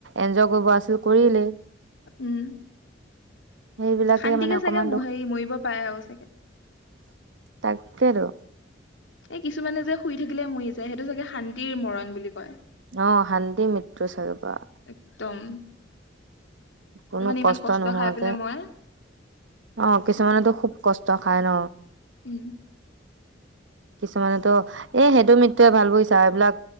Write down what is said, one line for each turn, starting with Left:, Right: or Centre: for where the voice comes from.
Right: এনজয় কৰিব আছিল কৰিলে
Left: উম
Right: সেইবিলাকে
Left: শান্তিকে
Right: মানে অকমান
Left: চাগে ম হেৰি মৰিব পাৰে আৰু চাগে
Right: তাকে তৌ
Left: এই কিছুমানে যে শুই থাকিলে মৰি যায় সেইটো চাগে শান্তিৰ মৰণ বুলি কয়
Right: অ শান্তিৰ মৃত্যু চাগে বা
Left: একদম
Right: কোনো
Left: তাৰ মানে ইমান
Right: কষ্ট নোহোৱাকে
Left: খাই পেলাই মই
Right: অ কিছুমানেতো খুব কষ্ট খাই ন
Left: উও
Right: কিছুমানেতো এই সেইটো মৃত্যুয়ে ভাল বুজিচা এইবিলাক